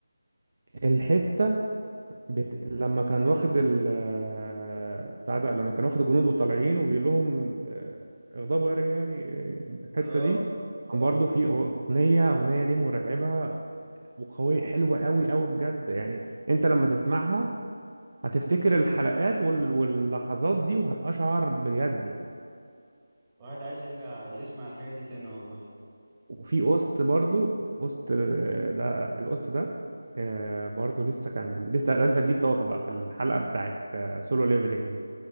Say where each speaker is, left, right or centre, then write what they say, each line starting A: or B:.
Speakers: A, on the right; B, on the right.
A: الحته بت... لما كان واخد ال آه، بتاع ده لما كان واخد الجنود وطالعين وبيقول لهم آه، اغضبوا يا رجالي آه، الحته
B: اه
A: دي كان اه برضو في اغنيه اغنيه دي مرعبه وقويه حلوه قوي قوي بجد يعني انت لما تسمعها هتفتكر الحلقات وال... واللحظات دي وهتقشعر بجد يعني
B: واحد عايز يرجع يسمع الحاجات دي تاني والله
A: وفي قسط برضو قسط آه، ده القسط ده آه، برضو لسه كان لسه ده لسه جديد طازه بقى في الحلقه بتاعت سولو ليفلينج